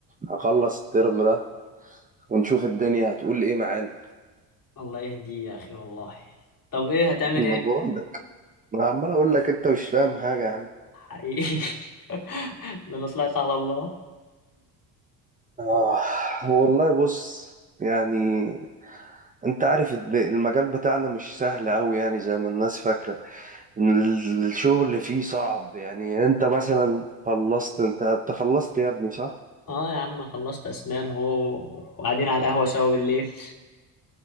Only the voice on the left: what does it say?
الله يهدي يا اخي والله طب ايه هتعمل
ايه
حقيقي <laughs> ده انا طلعت على الله
اه يا عم خلصت اسنان اهو وقاعدين على القهوة سوا بالليل